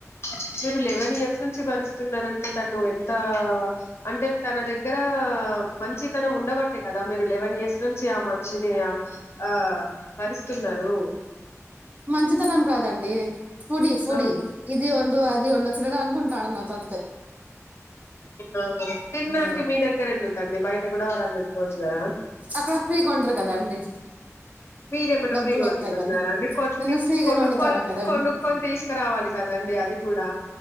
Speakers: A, on the left (about 50°); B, on the right (about 30°).
A: సస్ మీరు లెవెన్ ఇయర్స్ నుంచి భరిస్తున్నారంటే తను ఎంత అంటే తన దగ్గర మంచితనం ఉండబట్టే కదా మీరు లెవెన్ ఇయర్స్ నుం చి ఆ మనిషిని ఆ ఆ భరిస్తున్నారు
B: మంచితనం కాదండి ఫుడి ఫుడి
A: ఆ
B: ఇది ఒ డు అది ఉండ తినడు అనుకుంటాడు నాతో అంతే
A: ఆ తినడానికి
B: ఆ
A: మీ దగ్గర ఎందుకుండి బయట కూడా ఆర్డర్ పెట్టుకోవచ్చు కదా
B: అక్కడ ఫ్రీగా వండరు కదా అండి
A: మీరేమన్నా
B: డబ్బులు
A: ఫ్రీగా వండుతున్నారా
B: వత్తాయి కదా
A: అంటే కొట్టి
B: నేను ఫ్రీగానే
A: కొనుక్కోని
B: వండుతాను కదా
A: కొనుక్కోని
B: అండి
A: తీసుకురావాలి కదాండి అది కూడా